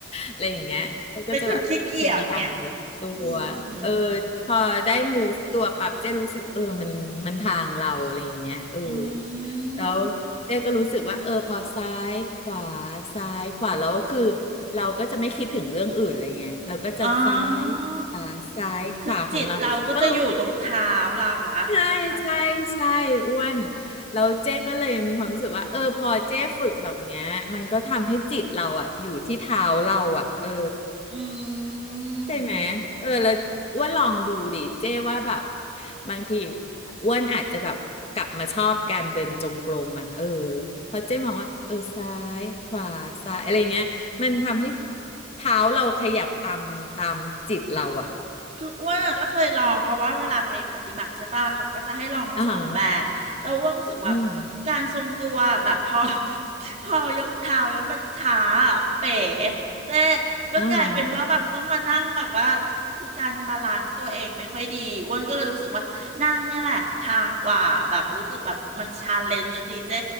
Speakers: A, on the left (about 30°); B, on the right (about 35°).
A: อะไรอย่างเงี้ยก็จะแบบพยายาม
B: เป็นคนขี้เกียจเนี่ย
A: move ตัวเออ
B: อืม
A: พอได้ move ตัวปรับเจ๊รู้สึกเออมันมันทางเราอะไรอย่างเงี้ยเออ
B: อื
A: แล้วเจ๊ก็รู้สึกว่าเออพอซ้ายขวา
B: ม
A: ซ้ายขวาแล้วคือเราก็จะไม่คิดถึงเรื่องอื่นเลยไงเราก็จะซ้ายขวาซ้ายขวาของเราก็รู้
B: อ๋อคือจิตเราก็จะอยู่ตรงเท้าเราละใช่ปะ
A: ใช่ใช่ใช่อ้วนแล้วเจ๊ก็เลยมีความรู้สึกว่าเออพอเจ๊ฝึกแบบเนี้ยมันก็ทำให้จิตเราอะอยู่ที่เท้าเราอะเออ
B: อืม
A: ใช่ไหมเออแล้วอ้วนลองดูดิเจ๊ว่าแบบบางทีอ้วนอาจจะแบบกลับมาชอบการเดินจงกรมอะเออเพราะเจ๊มองว่าเออซ้ายขวาซ้ายอะไรเงี้ยมันทำให้เท้าเราขยับตามตามจิตเราอะ
B: คืออ้วนอะก็เคยลองเพราะว่าเวลาไปปฏิบัติใช่ปะเขาก็จะให้ลองทั้งสองแบบแล้วอ้วนรู้สึกว่า
A: อ่าฮะอืม
B: การทรงตัวแบบพอ <laughs> พอยกเท้าแล้วมันช้าอะเป๋เจ๊ก็กลายเป็นว่าแบบต้องมานั่งแบบว่า
A: อ่าฮะ
B: คือการบาลานซ์ตัวเองไม่ค่อยดีอ้วนก็เลยรู้สึกว่านั่งเนี่ยแหละทางกว่าแบบรู้สึกแบบมันชาเลนจ์ดีเจ๊